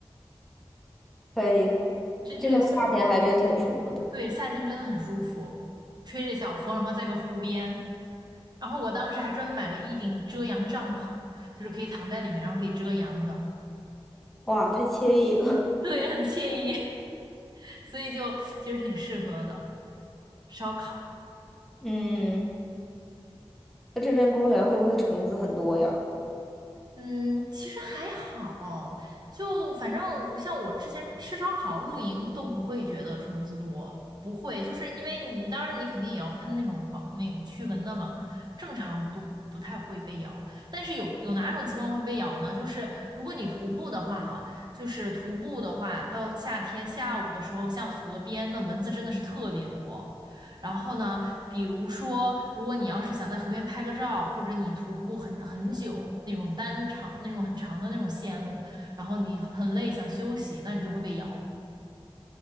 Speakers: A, in the centre; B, on the right.
A: 可以可以，
B: <laughs> 这这个确实不错，
A: 这边夏天还真挺舒服的，
B: 对，夏天真的很舒服，吹着小风，然后在个湖边，然后我当时还专门买了一顶遮阳帐篷，就是可以躺在里面，然后可以遮阳的，
A: 哇，太惬意了。
B: <laughs>
A: <laughs>
B: 对，很惬意。<laughs> 所以就其实挺适合的，烧烤。
A: 嗯，那这边公园会不会虫子很多呀？
B: 嗯，其实还好，就反正我像我之前吃烧烤、露营都不会觉得虫子多，不会，就是因为你当然你肯定也要喷那种防那种驱蚊的嘛，正常我们都不不太会被咬，但是有有哪种情况会被咬呢？就是如果你徒步的话啊，就是徒步的话，到夏天下午的时候，像河边那蚊子真的是特别多。然后呢，比如说，如果你要是想在河边拍个照，或者你徒步很很久那种单长、那种很长的那种线路，然后你很累想休息，那你就会被咬。